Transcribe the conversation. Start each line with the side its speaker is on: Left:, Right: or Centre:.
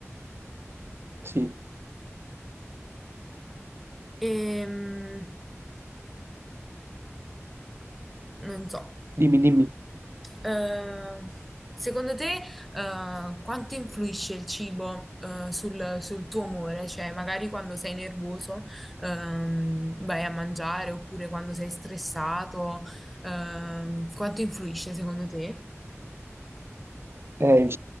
Right: Sì,
Centre: Ehm, non so.
Right: dimmi, dimmi.
Centre: Eh, secondo te, eh, quanto influisce il cibo, eh, sul, sul tuo umore? Cioè, magari quando sei nervoso, ehm, vai a mangiare, oppure quando sei stressato, ehm, quanto influisce secondo te?
Right: Eh, il